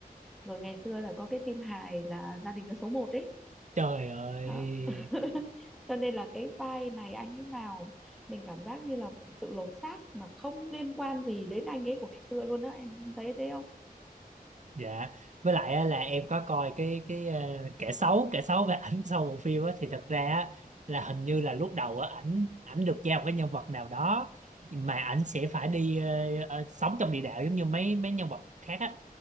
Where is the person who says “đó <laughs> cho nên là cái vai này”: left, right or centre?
Centre